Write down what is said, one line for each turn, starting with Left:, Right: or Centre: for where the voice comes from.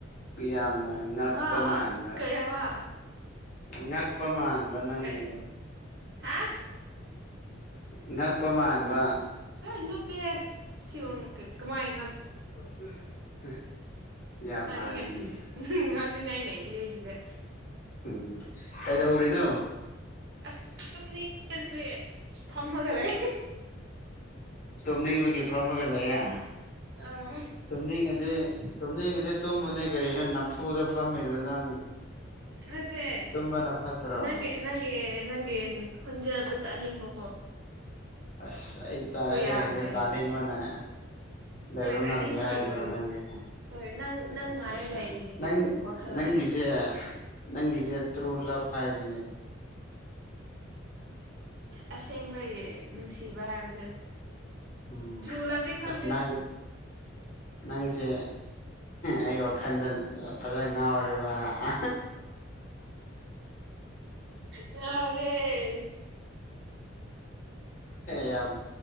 Left: ꯌꯥꯝꯅ ꯉꯛꯄ
Right: ꯑꯥ
Left: ꯃꯥꯟꯕ
Right: ꯀꯩ ꯍꯥꯏꯕ
Left: ꯉꯛꯄ ꯃꯥꯟꯕ ꯅꯪꯒꯤꯗ
Right: ꯀꯩ ꯍꯥ
Left: ꯉꯛꯄ ꯃꯥꯟꯕ
Right: ꯀꯃꯥꯏ ꯉꯦ ꯁꯤꯕ ꯀꯃꯥꯏ
Left: <unintelligible>
Right: ꯉꯅꯤꯡꯉ
Left: ꯃꯥꯜꯂꯤꯌꯦ
Right: ꯉꯥꯛꯅꯤꯡꯉꯥꯏ ꯂꯩꯇ ꯍꯦꯁꯤꯗꯦ
Left: ꯎꯝ ꯀꯥꯏꯗꯎꯔꯤꯅꯣ
Right: ꯑꯁ ꯇꯅꯤ ꯆꯟꯕ ꯐꯝꯃꯒ ꯂꯩ
Left: ꯇꯣꯅꯤꯡꯕꯒꯤ ꯐꯝꯃꯒ ꯂꯩꯌꯦꯦ
Right: ꯑꯥ
Left: ꯇꯅꯤꯡꯉꯗꯤ ꯇꯅꯤꯡꯉꯗꯤ ꯇꯨꯝꯃꯅꯦ ꯀ ꯀꯔꯤ ꯅꯝꯐꯨꯗ ꯐꯝꯃꯤꯗꯣ ꯅꯪ
Right: ꯃꯠꯇꯦ
Left: ꯇꯨꯝꯕꯅ ꯐꯠꯇ꯭ꯔꯣ
Right: ꯅꯪꯒ ꯅꯪꯦ ꯅꯪꯦ ꯍꯣꯟꯖꯗꯠꯇ ꯅꯤꯡꯕꯣ
Left: ꯑꯁ ꯑꯩ ꯇ
Right: ꯌꯥꯗ꯭ꯔꯦꯅꯦ
Left: ꯇꯥꯅꯤꯡꯕꯅ ꯂꯩꯕ
Right: ꯍꯣꯏ ꯇꯥꯅꯤꯡꯕꯅ
Left: ꯉꯝꯗꯦ ꯍꯥꯏꯗꯔꯣ
Right: ꯂꯣꯏꯔꯦ
Left: ꯅꯪꯒ
Right: ꯍꯣꯏ ꯅꯪ ꯅꯪ
Left: ꯑꯆꯥ
Right: ꯉꯥꯏꯔ
Left: ꯑꯆꯥ
Right: ꯂꯩꯔꯤꯅꯦ ꯀꯔꯤꯅꯣ
Left: ꯅꯪ
Right: ꯋꯥꯈꯜꯗ
Left: ꯅꯪꯁꯤꯦ
Right: ꯑꯁ
Left: ꯅꯪꯁꯤꯦ ꯇꯨꯂ ꯍꯥꯏꯅꯦ
Right: ꯑꯁꯦꯡꯕꯩ ꯅꯨꯡꯁꯤꯕ ꯍꯥꯏꯕꯗꯨ
Left: ꯎꯝ
Right: ꯇ꯭ꯔꯨ ꯂꯞꯗꯤ ꯈꯪꯗꯦ
Left: ꯑꯁ ꯅꯪ ꯅꯪꯁꯦ ꯑꯩ ꯋꯥꯈꯜꯗ ꯐꯖꯅ ꯉꯥꯎꯔꯦꯕꯥꯍꯥ
Right: ꯌꯥꯔꯦ
Left: ꯌꯥꯝ